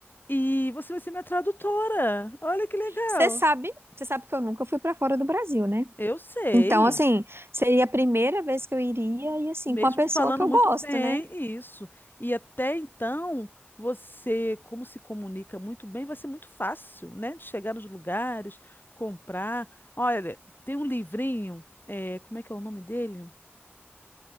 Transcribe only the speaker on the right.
Você sabe, você sabe que eu nunca fui pra fora do Brasil, né?
Então, assim, seria a primeira vez que eu iria e assim,
com a pessoa
que eu
gosto,
né?